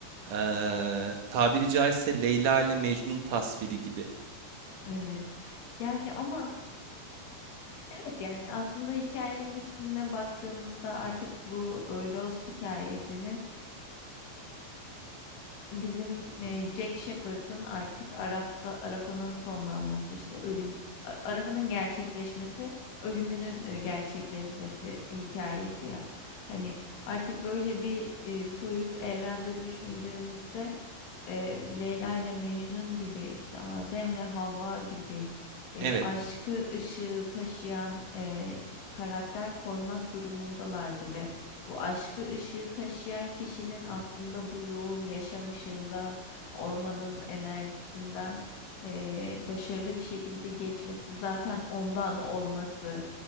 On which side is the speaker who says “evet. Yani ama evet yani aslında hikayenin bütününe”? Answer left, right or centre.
Left